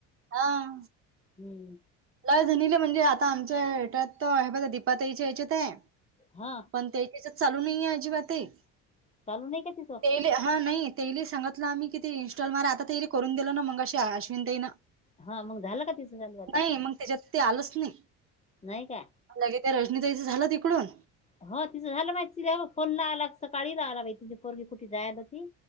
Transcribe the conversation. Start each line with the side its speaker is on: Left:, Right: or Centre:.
Right: आ
Left: हम्म.
Right: ला झाणीले म्हणजे आता आमच्या हटत आहे बघ दीपाताईच्या हेच्यात आहे.
Left: हा.
Right: पण ते त्याच्यात चालू नाहीे आहे अजिबात ते <unintelligible>
Left: चालू नाही का तिचं?
Right: तेली अहा नाही तेली सगितलं, आम्ही किती इन्स्टॉल मार आता तेली करून दिलो ना मग अे अश्विन देई ना.
Left: हा मग झाला का तिस हजार नोटा.
Right: नाही
Left: <unintelligible>
Right: मग, त्याच्यात ते आलच नाही.
Left: नाही का?
Right: लगे त्या रजनीताईचं झालं तिकडून?
Left: ह तिचं झालं माहिती तिचा फोन ला ला कसं काळी ला ला बाई तीची पोरगी कुठे जायला ती